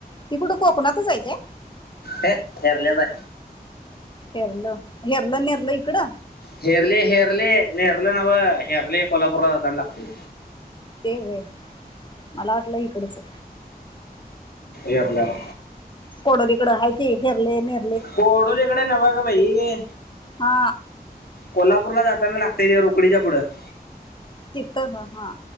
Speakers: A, on the left; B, on the left.
A: ती कुठं कोकणातच जायचंय-
B: ह केरलेता
A: हरलं हेरलं नेरलं इकडं
B: हेरले हेरले नेहरलं नवं हेरले कोल्हापूरात जाताना लागते
A: ते वय मला वाटलं इकडचं
B: हरल्याला
A: कोडोरीकडं हाती हेरले न
B: कोडोलीकडे नव ग भाई
A: हा
B: कोल्हापूर पूरला जाताना लागत रोकडीच्या पुढं
A: तिथं हा.